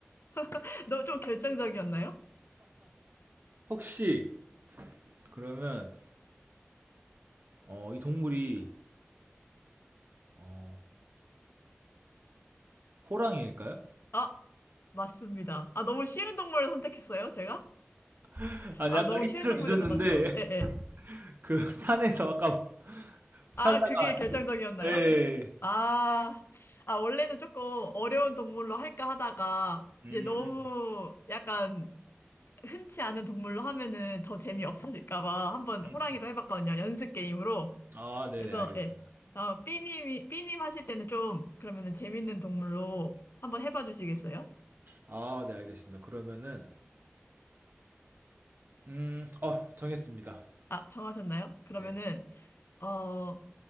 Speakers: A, on the left; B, on the right.
A: <laughs> 너무 좀 결정적이었나요?
B: 혹시 그러면 어 이 동물이 어 호랑이일까요?
A: 아, 맞습니다. 아, 너무 쉬운 동물을 선택했어요, 제가?
B: <laughs> 아니
A: 아,
B: 아까
A: 너무
B: 힌트를
A: 쉬운 동물이었던
B: 주셨는데
A: 것 같아요. 예, 예.
B: <laughs> 그 산에서 아까 뭐 살다가
A: 아, 그게 결정적이었나요?
B: 예예 예.
A: 아, 아, 원래는 조금 어려운 동물로 할까 하다가,
B: 음.
A: 이제 너무 약간 흔치 않은 동물로 하면은 더 재미없어질까 봐 한번
B: 음.
A: 호랑이로 해봤거든요. 연습 게임으로.
B: 아 네네.
A: 그래서,
B: 알겠습니다.
A: 예. 아, 삐님이, 삐님 하실 때는 좀, 그러면은 재밌는 동물로 한번 해봐 주시겠어요?
B: 아 네 알겠습니다. 그러면은 음 어 정했습니다.
A: 아, 정하셨나요? 그러면은,
B: 네.
A: 어,